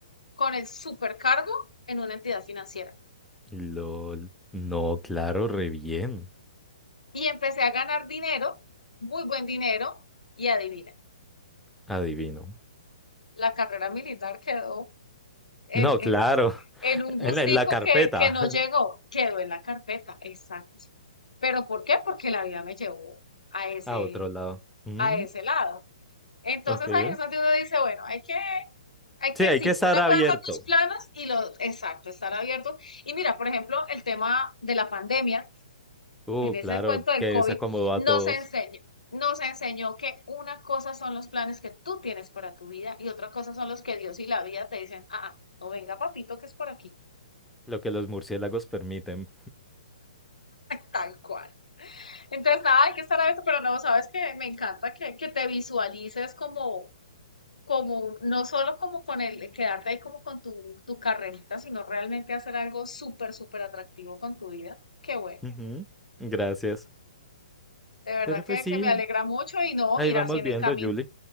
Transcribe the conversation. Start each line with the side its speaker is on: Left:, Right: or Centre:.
Left: con el supercargo en una entidad financiera.
Centre: LOL. No, claro, re bien.
Left: Y empecé a ganar dinero, muy buen dinero, y adivina,
Centre: Adivino.
Left: la carrera militar quedó en,
Centre: No,
Left: en
Centre: claro. <laughs>
Left: en un gustico
Centre: En la, en la carpeta.
Left: que, que no llegó,
Centre: <laughs>
Left: quedó en la carpeta, exacto. ¿Pero por qué? Porque la vida me llevó a ese,
Centre: A otro lado. Mm,
Left: a ese lado. Entonces
Centre: ok.
Left: ahí es donde uno dice, bueno, hay que, hay que
Centre: Sí, hay
Left: sí,
Centre: que estar
Left: una
Centre: abierto.
Left: cosa son tus planos y los, exacto, estar abiertos. Y mira, por ejemplo, el tema de la pandemia,
Centre: Uh,
Left: en ese
Centre: claro,
Left: cuento del
Centre: que desacomodó
Left: COVID,
Centre: a
Left: nos
Centre: todos.
Left: enseñó, nos enseñó que una cosa son los planes que tú tienes para tu vida y otra cosa son los que Dios y la vida te dicen, ah, ah, no venga papito que es por aquí.
Centre: Lo que los murciélagos permiten.
Left: Tal cual. Entonces, nada, hay que estar abierto, pero no, sabes que me encanta que, que te visualices como, como, un- no solo como con el quedarte ahí como con tu, tu carrerita, sino realmente hacer algo súper, súper atractivo con tu vida. Qué bueno.
Centre: Ujú, Gracias.
Left: De verdad
Centre: Pero
Left: que,
Centre: pues sí,
Left: que me alegra mucho y no,
Centre: ahí
Left: mira,
Centre: vamos
Left: si en
Centre: viendo,
Left: el camino,
Centre: Julie.